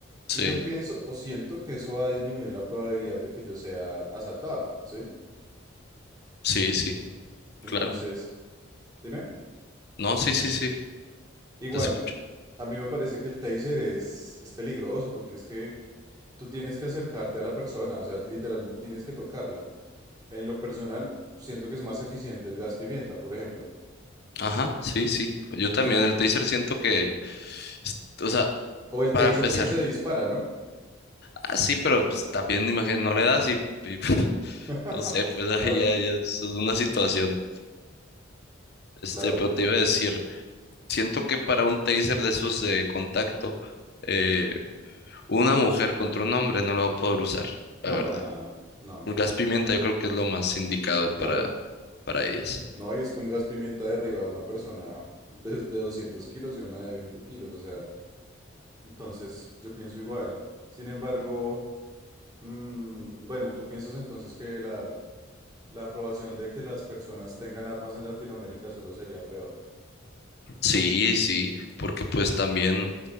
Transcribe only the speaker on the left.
Sí,
sí, sí,
claro.
No, sí, sí, sí,
te escucho.
Ajá, sí, sí. Yo también,
el taser siento que, es- o sea,
para
empezar,
ah, sí, pero pues también imagino, no le das y, y <laughs>
No sé, pues <laughs> ahí
ya, ya es una situación. Este,
pero te iba a decir, siento que para un taser de esos de contacto, eh, una mujer contra un hombre no lo va a poder usar, la
verdad.
El gas pimienta yo creo que es lo más indicado para,
para ellas.
Sí, sí, porque pues también,